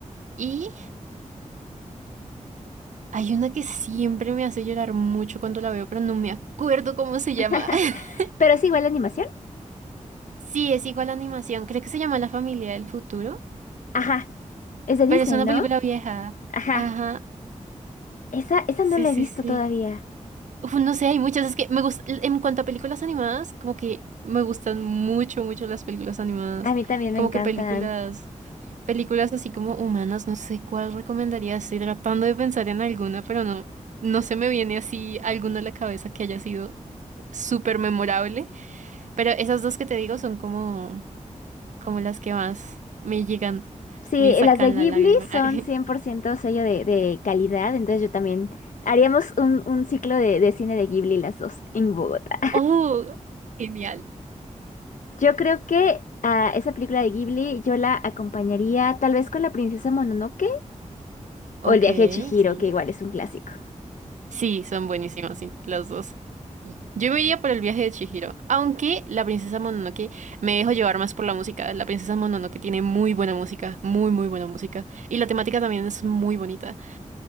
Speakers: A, on the right; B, on the left.
A: y hay una que siempre me hace llorar mucho cuando la veo, pero no me acuerdo cómo se llama.
B: <laughs>
A: <laughs>
B: Pero es igual la animación.
A: Sí, es igual a animación. Creo que se llama La familia del futuro,
B: Ajá, es de Disney,
A: pero es una
B: ¿no?
A: película vieja.
B: Ajá.
A: Ajá.
B: Esa, esa
A: Sí,
B: no la
A: sí,
B: he visto
A: sí.
B: todavía.
A: Uf, no sé, hay muchas. Es que me gusta, en cuanto a películas animadas, como que me gustan mucho, mucho las películas animadas.
B: A mí también me
A: Como
B: encantan.
A: que películas Películas así como humanas, no sé cuál recomendaría. Estoy tratando de pensar en alguna, pero no, no se me viene así alguna a la cabeza que haya sido súper memorable. Pero esas dos que te digo son como, como las que más me llegan,
B: Sí,
A: me
B: eh,
A: sacan
B: las de Ghibli
A: la lágrima.
B: son
A: <laughs>
B: cien por ciento sello de, de calidad, entonces yo también haríamos un, un ciclo de, de cine de Ghibli las dos en Bogotá.
A: Oh, genial.
B: Yo creo que a esa película de Ghibli yo la acompañaría tal vez con La princesa Mononoke o
A: Ok,
B: El viaje de Chihiro,
A: sí.
B: que igual es un clásico.
A: Sí, son buenísimas, sí, las dos. Yo me iría por el viaje de Chihiro, aunque la princesa Mononoke me dejo llevar más por la música. La princesa Mononoke tiene muy buena música, muy, muy buena música. Y la temática también es muy bonita.